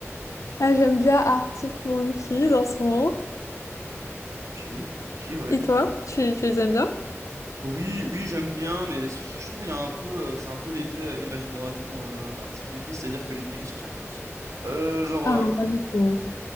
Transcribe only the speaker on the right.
Ok, ok, ouais.
Oui, oui, j'aime bien, mais je trouve il y a un peu, euh, c'est un peu l'effet euh, Imagine Dragon, euh, Arctic Monkey, c'est-à-dire que les musiques elles se ressemblent toutes. Euh, genre,
euh,